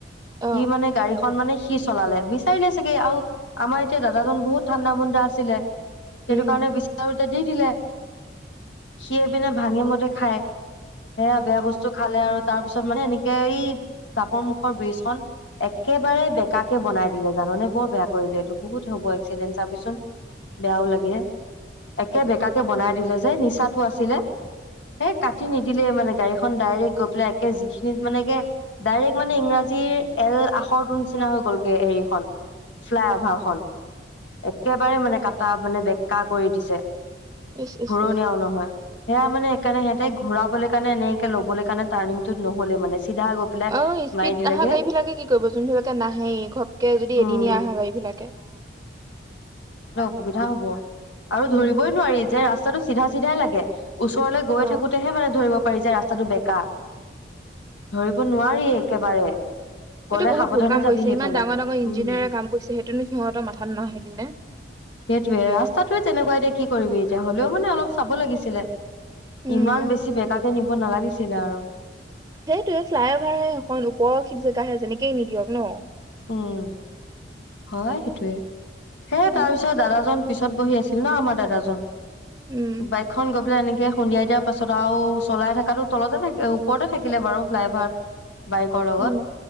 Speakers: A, on the right (about 20°); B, on the left (about 85°).
A: অ
B: সি মানে গাড়ীখন মানে। সি চলালে বিচাৰিলে চাগে, আৰু আমাৰ এতিয়া দাদাজন বহুত ঠাণ্ডা মুণ্ডা আছিলে। সেইটো
A: উম
B: কাৰণে বিচাৰো। দি দিলে। সি। পিনে ভাঙে মদে খাই। সেয়া বেয়া বস্তু খালে আৰু। তাৰ পিছত মানে এনেকে এই তাপৰ মুখৰ ব্ৰীজখন। একেবাৰে বেকাকে বনাই। দিলে জান নে বৰ বেয়া কৰিলে এইটো বহুত হ'ব এক্সিডেণ্ট চাবিচোন বেয়াও লাগে। একে বেকাকে বনাই দিলে যে নিচাটো আছিলে। এ কাটি নিদিলে মানে গাড়ীখন ডাইৰেক্ট গৈ পেলাই একে যিখিনিত মানে কে ডাইৰেক্ট মানে ইংৰাজীৰ এল আখৰটোৰ নিচিনা হৈ গলগে হেৰিখন ফ্লাই অভাৰ খ একেবাৰে মানে কাপ তটা মানে বেক্কা কৰি দিছে
A: ইচ ইচ
B: ঘূৰণীয়াও
A: ইচ
B: নহয় সেয়া মানে সেইকাৰণে সহতে ঘুৰাবলৈ কাৰণ এনেকে ল'বলৈ কাৰণে টাৰ্ণিংটো নহ'লে মানে চিধা গৈ পেলাই
A: অ স্পীড
B: মাৰি দিলেগে
A: অহা গাড়ী বিলাকে কি কৰিব যোনবিলাকে নাহেই ঘপকে যদি
B: উম
A: এদিনিয়া আহা গাড়ী বিলাকে
B: সুবিধা হ'ব আৰু
A: উম
B: ধৰিবই নোৱাৰি যে ৰাস সেই টো চিধা চিধাই লাগে ওচৰলৈ গৈ
A: অ
B: থাকোঁতেহে মানে ধৰিব কৰি যে ৰাস্তাটো বেকা ধৰিব নোৱাৰি একেবাৰে
A: সেইটো
B: গ'লে
A: বহুত
B: সাৱধানে
A: ভুল কাম
B: যাবি
A: কৰিছে
B: সেইফালে।
A: ইমান ডাঙৰ ডাঙৰ ইঞ্জিনিয়াৰে
B: উম,
A: কাম কৰিছে সেইটোনো সিহঁতৰ মাথাত নথাকিল নে
B: সেইটোয়ে ৰাস্তাটোয়ে তেনেকুৱা এতিয়া কি কৰিবি এতিয়া হ'লে মানে অলপ চাব লাগিছিলে
A: উম
B: ইমান বেছি বেকাকে নিব নালাগিছিলে দিলে আৰু
A: সেইটো ফ্লাই অভাৰ হে সেই খন উপৰখিনি জেগাহে যেনেকেই নিদিয়ক ন
B: উম হয় সেইটোৱে হেই
A: উম
B: তাৰ ওচৰৰ দাদাজন পিছত বহি আছিল ন আমাৰ দাদাজন
A: উম
B: বাইকখন গৈ পেলাই কে সন্ধিয়া দিয়াৰ পাছত আৰু চলাই থাকাতো তলতে থাকে ওপৰতে থাকিলে বাৰু ফ্লাই অভাৰত বাইেকৰ লগত
A: উম